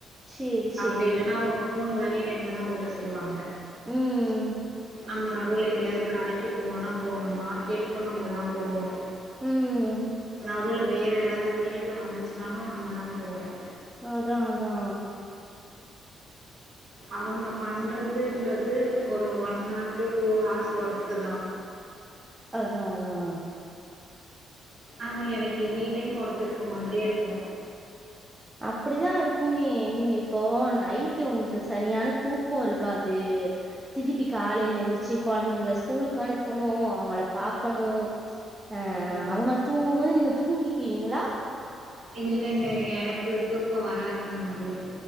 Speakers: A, on the right; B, on the right.
A: சரி, சரி.
B: அப்படி இல்லன்னா உங்க மூணு வேலை <unintelligible> என்ன தா ஓட்ட சொல்லுவாங்க
A: ம்
B: நம்ம நடுவில் எங்கேயாவது கடைக்கு போணுனா போணும கேட்டு நம்ம தா போணு
A: ம்.
B: நடுல வேற எதாவது வேல வந்துச்சுனாலு நம்மதா போணும்
A: அதா அதா
B: அவங்க பண்றதுன்றது ஒரு one hour to two hours வொர் க்குதா
A: அதா அதா
B: ஆனா எனக்கு எனி டைம் ஒர்க் இருக்க மாதிரியே இருக்கு
A: அப்படிதா இருக்குமே நீங்க இப்போ நைட்டு உங்களுக்கு சரியான தூக்க இருக்காது திருப்பி காலையில இருந்துச்சு குழந்தைங்க ஸ்கூலுக்கு அனுப்பனு அவங்கள பாக்கணு ஆ
B: ம்.
A: அவங்க தூங்கும் போது நீங்க தூங்கிக்கீங்களா
B: இல்லைங்க எனக் கு தூக்க வராதுங்க மதியம்